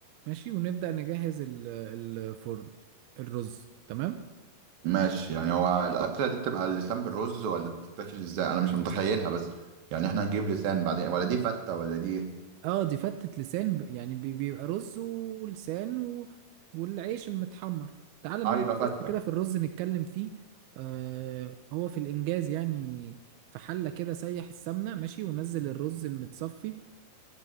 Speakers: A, on the right (about 80°); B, on the right (about 70°).
A: ماشي ونبدأ نجهز ال- الفرن الرز تمام
B: ماشي يعني هو الاكله دي بتبقى اللسان بالرز ولا بتتاكل ازاي انا مش متخيلها بس يعني احنا هنجيب لسان بعدين ولا دي فته ولا دي إيه؟
A: اه دي فتة لسان ب- يعني بي- بيبقى رز ولسان و... والعيش المتحمر تعال
B: اه
A: نبدأ
B: يبقى فته
A: بس كده في الرز نتكلم فيه آه هو في الإنجاز يعني في حلة كده سيح السمنة ماشي ونزل الرز المتصفي